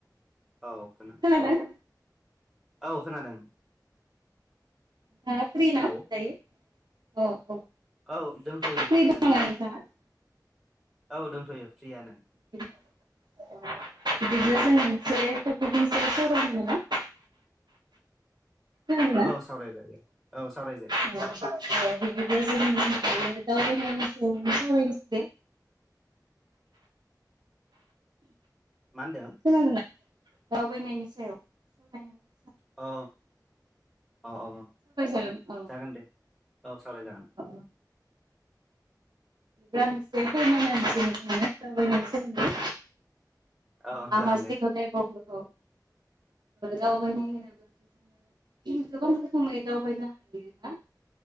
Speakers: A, in the centre; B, on the right (about 75°).
A: औखोना
B: खोनादों
A: औ खोनादों।
B: नोंथांङा फ्रि
A: हेलौ
B: ना दायो अ औ
A: औ दोंथ'यो
B: फ्रि
A: फ्रियानो।
B: दङ ना नोंथाङा?
A: औ दंथ'यो फ्रियानो
B: <unintelligible> बिदिनो जों मोनसे टफिकनि सायाव सावरायनो नामा खोनादोंना?
A: औ सावराय जायो औ सावरायजायो।
B: <unintelligible> बिदिबा जों दावबायनायनि सायावनो सावरायनोसै
A: मा होनदों
B: खोनादोंना दावबायनायनि सायाव <unintelligible>
A: औ अअ
B: <unintelligible> औ।
A: जागोन दे औ सावराय जागोन
B: औ। गांसेनो <unintelligible> दावाबायनायसदों।
A: औ
B: मामा
A: जागोन
B: जायग दे बखौ दावबायनो होनोब्ला। <inaudible> गोबां रोखोमै दावबायनो हायो ना